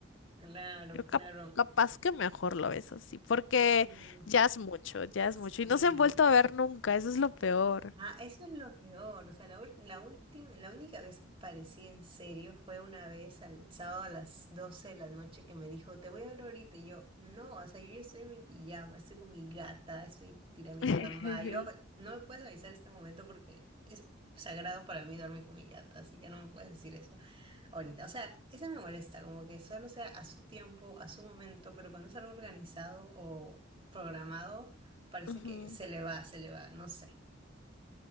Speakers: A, on the right; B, on the left.
A: Claro,
B: Yo
A: claro.
B: cap- capaz que mejor lo ves así, porque
A: Sí,
B: ya es mucho, ya
A: sí.
B: es mucho. Y no se han vuelto a ver nunca, eso es lo peor.
A: Ah, eso es lo peor. O sea, la, ul- la, última, la única vez que parecía en serio fue una vez al sábado a las 12 de la noche que me dijo, te voy a ver ahorita. Y yo, no, o sea, yo ya estoy en mi pijama, estoy con mi gata, estoy tirada en mi
B: <laughs>
A: cama. Yo, no me puedes avisar este momento porque es sagrado para mí dormir con mi gata, así que no me puedes decir eso ahorita. O sea, eso me molesta, como que solo sea a su tiempo, a su momento, pero cuando es algo organizado o programado, parece
B: Ujú.
A: que se le va, se le va, no sé.